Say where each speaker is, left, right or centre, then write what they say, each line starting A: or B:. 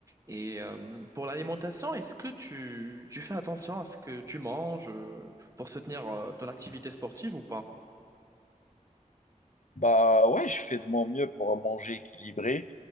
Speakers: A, on the right; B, on the left.
A: Et euh, pour l'alimentation, est-ce que tu, tu fais attention à ce que tu manges euh, pour soutenir euh, ton activité sportive ou pas?
B: Bah ouais, je fais de mon mieux pour manger équilibré.